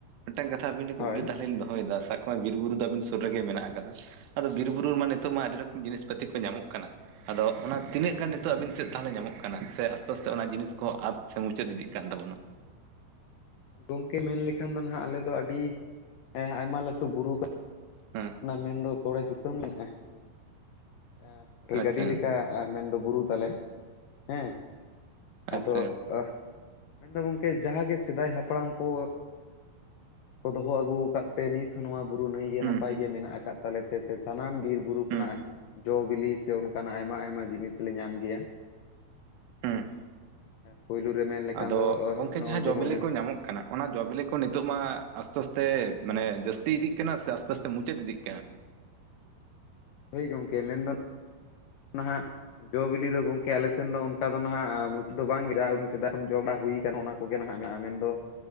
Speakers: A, on the right; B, on the left.
A: ᱢᱤᱫᱴᱟᱝ ᱠᱟᱛᱷ ᱟᱵᱤᱱ ᱴᱮᱱ ᱠᱩᱠᱞᱤ
B: ᱦᱳᱭ
A: ᱞᱤᱧ ᱫᱚᱦᱚᱭ ᱮᱫᱟ ᱥᱟ ᱾ ᱵᱤᱨ ᱵᱩᱨᱩ ᱫᱚ ᱟᱵᱤᱱ ᱥᱩᱨ ᱨᱮᱜᱮ ᱢᱮᱱᱟᱜ ᱟᱠᱟᱫᱟ ᱟᱫᱚ ᱵᱤᱨ ᱵᱩᱨᱩ ᱢᱟ ᱱᱤᱛᱚᱜ
B: ᱦᱳᱭ
A: ᱢᱟ ᱟᱹᱰᱤ ᱨᱚᱠᱚᱢ ᱡᱤᱱᱤᱥ ᱯᱟᱹᱛᱤ ᱠᱚ ᱧᱟᱢᱚᱜ ᱠᱟᱱᱟ ᱾ ᱟᱫᱳ ᱚᱱᱟ ᱛᱤᱱᱟᱹᱜ ᱜᱟᱱ ᱱᱤᱛᱚᱜ ᱟᱵᱤᱱ ᱥᱮᱫ ᱛᱟᱦᱚᱞᱮ ᱧᱟᱢᱚᱜ ᱠᱟᱱᱟ ᱥᱮ ᱟᱥᱛᱮ ᱟᱥᱛᱮ ᱚᱱᱟ ᱡᱤᱱᱤᱥ ᱠᱚ ᱟᱫ ᱾ ᱥᱮᱸ ᱢᱩᱪᱟᱹᱫ ᱤᱫᱤᱜ ᱠᱟᱱ ᱛᱟᱵᱚᱱᱟ ᱾
B: ᱜᱚᱝᱠᱮ ᱢᱮᱱ ᱞᱮᱠᱷᱟᱱ ᱫᱚ ᱦᱚᱱᱟᱜ ᱟᱞᱮ ᱫᱚ ᱟᱹᱰᱤ ᱟᱭᱢᱟ ᱞᱟᱹᱴᱩ ᱵᱩᱨᱩ ᱠᱚ ᱾
A: ᱦᱮᱸ
B: ᱢᱮᱱ ᱫᱚ ᱛᱚᱲᱮ ᱥᱩᱛᱟᱹᱢ ᱢᱮᱱᱟᱜᱼᱟ ᱾ ᱨᱮᱸᱞ
A: ᱟᱪᱪᱷᱟ
B: ᱜᱟᱹᱰᱤ ᱞᱮᱠᱟ ᱢᱮᱱ ᱫᱚ ᱵᱩᱨᱩ ᱛᱟᱞᱮ ᱦᱮᱸ ᱾
A: ᱟᱪᱪᱷᱟ
B: ᱟᱫᱳ ᱾ ᱢᱮᱱ ᱫᱚ ᱜᱚᱝᱠᱮ ᱡᱟᱦᱟᱸ ᱜᱮ ᱥᱮᱫᱟᱭ ᱦᱟᱯᱲᱟᱢ ᱠᱚ ᱠᱚ ᱫᱚᱦᱚ ᱟᱹᱜᱩ ᱟᱠᱟᱫ ᱾ ᱛᱮ ᱱᱤᱛ ᱦᱚᱸ ᱱᱚᱣᱟ ᱵᱩᱨᱩ ᱱᱟᱹᱭ ᱜᱮ
A: ᱦᱩᱸ
B: ᱱᱟᱯᱟᱭ
A: ᱦᱩᱸ
B: ᱜᱮ ᱢᱮᱱᱟᱜ ᱟᱠᱟᱫ ᱛᱟᱞᱮᱛᱮ ᱥᱮ ᱥᱟᱱᱟᱢ ᱵᱤᱨ ᱵᱩᱨᱩ
A: ᱦᱩᱸ
B: ᱠᱷᱚᱱᱟᱜ
A: ᱦᱩᱸ
B: ᱡᱚ ᱵᱤᱞᱤ ᱥᱮ ᱚᱱᱠᱟᱱᱟᱜ ᱟᱭᱢᱟ ᱟᱭᱢᱟ ᱡᱤᱱᱤᱥ ᱞᱮ ᱧᱟᱢ ᱜᱮᱭᱟ,
A: ᱦᱮᱸ
B: ᱯᱳᱭᱞᱩ ᱨᱮ ᱢᱮᱱ, ᱞᱮᱠᱷᱟᱱ
A: ᱟᱫᱚ
B: ᱫᱚ
A: ᱜᱚᱝᱠᱮ
B: ᱱᱚᱜᱼᱚᱭ
A: ᱡᱟᱦᱟᱸ
B: ᱡᱮᱢᱚᱱ
A: ᱡᱚ ᱵᱤᱞᱤ ᱠᱚ ᱧᱟᱢᱚᱜ ᱠᱟᱱᱟ, ᱚᱱᱟ ᱡᱚᱵᱤᱞᱮ ᱠᱚ ᱱᱤᱛᱚᱜ ᱢᱟ ᱟᱥᱛᱮ ᱟᱥᱛᱮ ᱢᱟᱱᱮ ᱡᱟᱥᱛᱤ ᱤᱫᱤᱜ ᱠᱟᱱᱟ ᱥᱮ ᱟᱥᱛᱮ ᱟᱥᱛᱮ ᱢᱩᱪᱟᱹᱫ ᱤᱫᱤᱜ ᱠᱟᱱᱟ
B: ᱦᱳᱭ ᱜᱚᱝᱠᱮ ᱢᱮᱱᱫᱚ, ᱱᱟᱦᱟᱜ ᱡᱚ ᱵᱤᱞᱤ ᱫᱚ ᱜᱚᱝᱠᱮ ᱟᱞᱮ ᱥᱮᱱ ᱫᱚ ᱚᱱᱠᱟ ᱫᱚ ᱱᱟᱦᱟᱜ ᱢᱩᱪᱟᱹᱫ ᱫᱚ ᱵᱟᱝᱜᱮ ᱡᱟᱦᱟᱸᱟ ᱥᱮᱫᱟᱭ ᱠᱷᱚᱱ ᱡᱚ ᱵᱟᱲᱟ ᱦᱩᱭ ᱟᱠᱟᱱᱟ ᱚᱱᱟ ᱠᱚᱜᱮ ᱱᱟᱦᱟᱜ ᱢᱮᱱᱟᱜᱼᱟ ᱢᱮᱱ ᱫᱚ